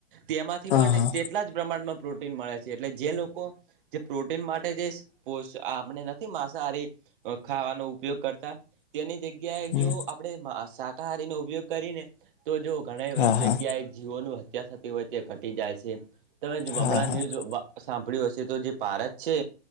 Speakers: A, on the right; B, on the left.
A: તેમાંથી
B: હા
A: પણ
B: હા
A: તેટલા જ પ્રમાણમાં પ્રોટીન મળે છે એટલે જે લોકો જે પ્રોટીન માટે જે પો આપણે નથી માંસાહારી ખાવાનો ઉપયોગ કરતા. તેની જગ્યાએ
B: હમ
A: જો આપડે શાકાહારીનો ઉપયોગ કરીને તો જો ઘણા
B: હા
A: જગ્યાએ
B: હા
A: જીવોનું હત્યા થતી હોય તે ઘટી જાય છે તમે જો
B: હા
A: હમણાં ન્યૂઝ સાંભળ્યું હશે તો જે ભારત છે